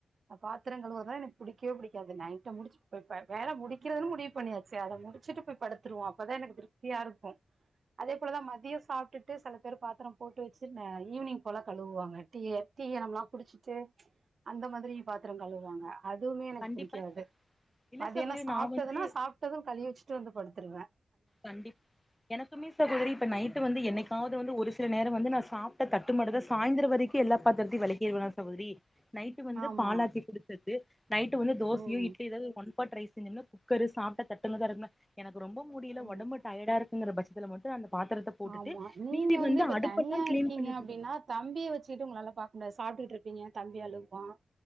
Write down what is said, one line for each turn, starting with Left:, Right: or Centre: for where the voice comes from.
Right: அ பாத்தரங் கழுவல்தா எனக் புடிக்கவே புடிக்காது நைட்டு முடிச்சுட் <unintelligible> வேல முடிக்கிறதுனு முடிவ் பண்ணியாச்சு அத முடிச்சுட்டு போய் படுத்திருவோ அப்பதா எனக்கு திருப்த்தியா இருக்கு அதே போலதா மதியோ சாப்ட்டுட்டு செல பேரு பாத்தரம் போட்டு வெ ச்சி ந ஈவ்னிங் போல கழுவுவாங்க டீயி டீ யாணம்லா குடிச்சிட்டு அந்த மாதிரி பாத்தரம் கழுவாங்க அதுவுமே எனக்கு
Centre: கண்டிப்பா
Right: புடிக்காது
Centre: இல்ல
Right: மதியானோ
Centre: சகோதரி
Right: சாப்டதுனா
Centre: நா வந்து
Right: சாப் ட்டது கழுவி வெச்சிட்டு வந்து படுத்துருவ
Centre: கண்டிப் எனக்குமே சகோதரி இப்ப நைட்டு வந்து என்னைக்காவது வந்து ஒரு சில நேர வந்து நா சாப் ட்ட தட்டு மட்டுதா சாய்ந்தர வரைக்கு எல்லா பாத்திரத்தையு வெளக்கிடுவனா சகோதரி நைட்டு வந்து
Right: ஆமா
Centre: பாலாத்தி குடுத்துட்டு நைட்டு வந்து தோசயோ
Right: ம்
Centre: இட்லி எதாது ஒன் பாட் ரைஸிங்கின்னு குக்கரு சாப்ட தட்டுங்கதா இருக்கும்ல எனக்கு ரொம்ப முடியில
Right: ம்
Centre: ஒடம்பு டயடா இருக்குங்கிற பட்சத்துல மட் டு அந்த பாத்தரத்த போட்டுட்டு
Right: ஆமா நீங்க
Centre: மீதி வந்து
Right: இப்ப
Centre: அடுப்பல்லா
Right: தனியா
Centre: க்ளீன்
Right: இருக்கீங்க
Centre: பண்ணிட்ருக்க
Right: அப்டின்னா தம்பிய வச்சுட்டு உங்களால்லா பாக் முடியாது சாப்டுகிட்ருப்பீங்க தம்பி அழுவ்வா